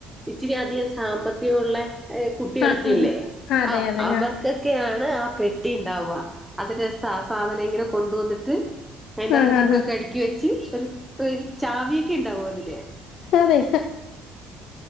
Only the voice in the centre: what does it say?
ഇച്ചിരി അധികം സാമ്പത്തികുള്ളെ ഏഹ്കുട്ടികളൊക്കെ
ഇല്ലേ
ആഹ്
അവർ
കൊ ക്കെയാണ് ആ പെ ട്ടി ണ്ടാവാ അതിന്റെ സാ സാധന ഇങ്ങനെ കൊണ്ടുവന്നിട്ട് അയിൻ്റാത്ത്
ബുക്ക്ക്കെ
അ ടക്കി വെച്ച് പ്പരു പ് ചാവിയെക്കെ ഉണ്ടാവും അതിന്